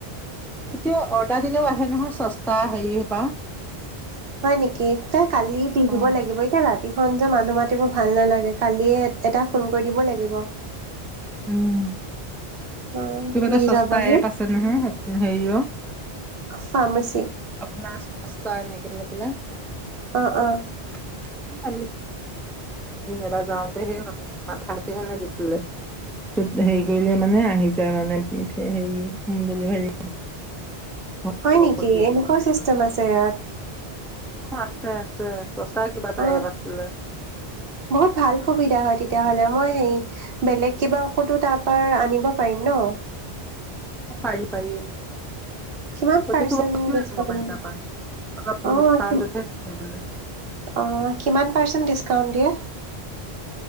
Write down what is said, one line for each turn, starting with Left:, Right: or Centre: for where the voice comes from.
Centre: এতিয়া অৰ্ডাৰ দিলও আহে নহয় চস্তা হেৰিৰপা।
Right: হয় নেকি, কা-কালিৱে দি দিব
Centre: অ
Right: লাগিব। এ, ৰাতিখন যে মানুহ মাতিব ভাল নালাগে, কালিয়ে এটা ফোন কৰি দিব লাগিব।
Centre: উম।
Right: অ
Centre: কিবা এটা
Right: দি
Centre: চস্তা
Right: যাবহি
Centre: এপ আছে নহয় আজ হেৰিয়
Right: ফাৰ্মাচী
Centre: আপোনাৰ চস্তা এনেকে লৈ পেলাই।
Right: অ', অ'।
Centre: <unintelligible> এবাৰ যাওঁতে সেই হ ফা ফাৰ্চিখনে দিছিলে, টোত হেৰি কৰিলে মানে আহি তাৰ মানে হেৰি হ'ম ডেলিভাৰী। ঘৰতো
Right: হয় নেকি,
Centre: ঔষধ দি আহিব
Right: এনেকুৱা
Centre: বুলি
Right: চিষ্টেম
Centre: কৈছে
Right: আছে ইয়াত।
Centre: অ' আছে আছে, চস্তা কিবা এটা
Right: অ
Centre: এপ আছিলে।
Right: বহুত ভাল সুবিধা হয় তেতিয়াহ'লে মই হেৰি বেলেগ কিবা ঔষধো তাৰপা আনিব পাৰিম ন'?
Centre: অ' পাৰি পাৰি।
Right: কিমান
Centre: প্ৰতিটো
Right: পাৰ্চেন্ট
Centre: বস্তুৱে
Right: ডিচকাউন্ট
Centre: আনিব পাৰি তাৰপা, অলপ
Right: অ
Centre: ডিকাউন্টতহে
Right: কি-
Centre: দিয়ে বোলে।
Right: অ' কিমান পাৰ্চেণ্ট ডিছকাউণ্ট দিয়ে?